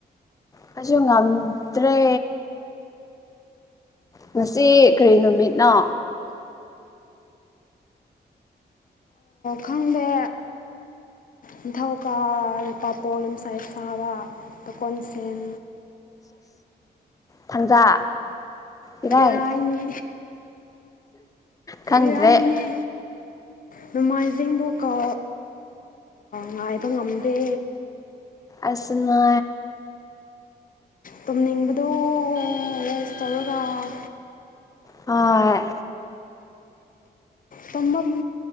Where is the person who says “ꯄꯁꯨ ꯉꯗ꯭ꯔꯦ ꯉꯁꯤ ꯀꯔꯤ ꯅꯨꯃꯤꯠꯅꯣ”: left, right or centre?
Left